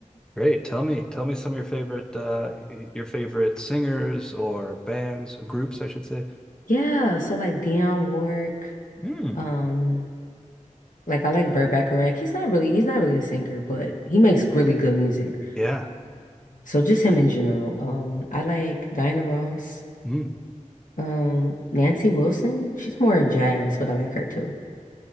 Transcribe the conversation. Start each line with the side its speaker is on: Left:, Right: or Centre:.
Centre: great. Tell me, tell me some of your favorite, uh, y- your favorite singers or bands or groups, I should say.
Left: Yeah, so like Dionne Warwick,
Centre: Mm.
Left: um, like I like Burt Bacharach. He's not really he's not really a singer, but he makes really good music.
Centre: Yeah.
Left: So just him in general. Um, I like Diana Ross.
Centre: Hmm.
Left: Um, Nancy Wilson. She's more jazz, but I like her too.